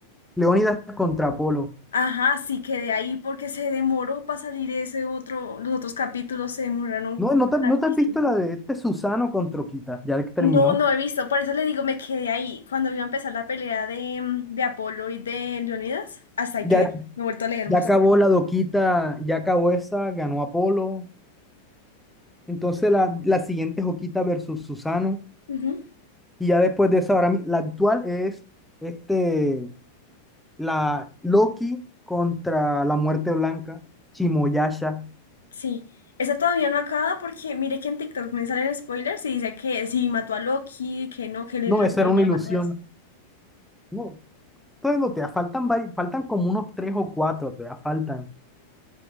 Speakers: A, in the centre; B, on the left (about 70°).
A: Leónidas contra Apolo.
B: Ajá, sí quedé ahí porque se demoró para salir ese otro, los otros capítulos se demoraron
A: No, no te, no
B: hartísimo.
A: te has visto la de este Susano contra Okita, ya que terminó.
B: No, no he visto, por eso le digo, me quedé ahí. Cuando iba a empezar la pelea de, mm, de Apolo y de Leonidas, hasta ahí
A: Ya
B: quedé. No he vuelto a leer más.
A: Ya acabó la doquita, ya acabó esa, ganó Apolo. Entonces la, la siguiente es Oquita versus Susano.
B: Ujú,
A: Y ya después de esa, ahora mi- la actual es este, la Loki contra la Muerte Blanca, Chimoyasha.
B: Sí, esa todavía no acaba porque mire que en TikTok me salen spoilers y dice que sí mató a Loki, que no, que le-
A: No,
B: Loki
A: esa era una
B: no lo
A: ilusión.
B: mató eso.
A: No, entonces no, te faltan, vari- faltan como unos tres o cuatro, te faltan.